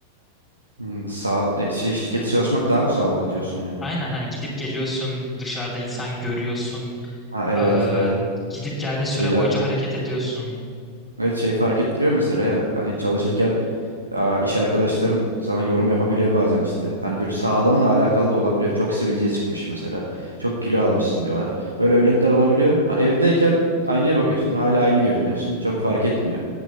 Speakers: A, on the right; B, on the left.
A: Hı, Sağ, e, şey şirkete çalışmak daha mı sağlıklı diyorsun yani?
B: Aynen hani gidip geliyorsun, dışarıda insan görüyorsun,
A: Ha evet
B: eee,
A: evet.
B: gidip geldiğin süre
A: Şeyler
B: boyunca hareket ediyorsun.
A: evet şey fark ettiriyor mesela ya, hani çalışırken aa, iş arkadaşların sana yorum yapabiliyor bazen işte. Hani böyle sağlığınla alakalı da olabiliyor. Çok sivilce çıkmış mesela. Çok kilo almışsın diyorlar. Böyle örnekler olabiliyor. Ha, evdeyken aynaya bakıyorsun. Hala aynı görünüyorsun. Çok fark etmiyor.